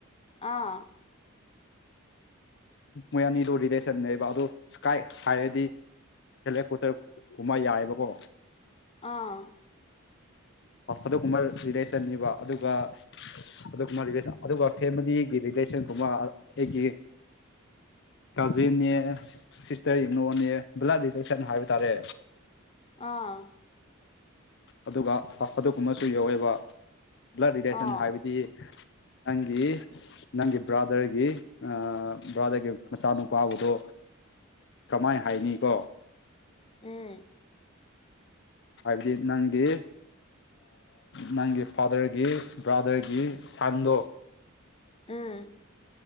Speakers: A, on the left (about 25°); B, on the left (about 55°).
A: ꯑꯥ
B: ꯃꯣꯏ ꯑꯅꯤꯗꯨ ꯔꯤꯂꯦꯁꯟ ꯅꯦꯕ ꯑꯗꯨ ꯏꯁꯀꯥꯏ ꯍꯥꯏꯔꯗꯤ ꯁꯦꯂꯦꯛ ꯀꯣꯇꯦꯞ ꯀꯨꯝꯕ ꯌꯥꯏꯑꯕꯀꯣ꯫
A: ꯑꯥ꯫
B: ꯑꯗꯨꯒꯨꯝꯕ ꯔꯤꯂꯦꯁꯟꯅꯤꯕ ꯑꯗꯨꯒ ꯑꯗꯨꯒꯨꯝꯕ ꯔꯤꯂꯦꯁꯟ ꯑꯗꯨꯒ ꯐꯦꯃꯤꯂꯤꯒꯤ ꯔꯤꯂꯦꯁꯟꯒꯨꯝꯕ ꯑꯩꯒꯤ ꯀꯥꯖꯤꯟꯅꯦ ꯁꯤꯁꯇꯔ ꯌꯨꯅꯣꯅꯦ ꯕ꯭ꯂꯠ ꯔꯤꯗꯦꯛꯁꯟ ꯍꯥꯏꯕ ꯇꯥꯔꯦ꯫
A: ꯑꯥ꯫
B: ꯑꯗꯨꯒ ꯑꯗꯨꯒꯨꯝꯕꯁꯨ ꯌꯥꯋꯦꯕ ꯕ꯭ꯂꯠ ꯔꯤꯂꯦꯁꯟ
A: ꯑꯥ
B: ꯍꯥꯏꯕꯗꯤ꯫ ꯅꯪꯒꯤ꯫ ꯅꯪꯒꯤ ꯕ꯭ꯔꯥꯗꯔꯒꯤ ꯕ꯭ꯔꯥꯗꯔꯒꯤ ꯃꯆꯥꯅꯨꯄꯥꯕꯨꯗꯣ꯫ ꯀꯃꯥꯏ ꯍꯥꯏꯅꯤ ꯀꯣ꯫
A: ꯎꯝ꯫
B: ꯍꯥꯏꯕꯗꯤ ꯅꯪꯒꯤ ꯅꯪꯒꯤ ꯐꯥꯗꯔꯒꯤ ꯕ꯭ꯔꯥꯗꯔꯒꯤ ꯁꯥꯟꯗꯣ꯫
A: ꯎꯝ꯫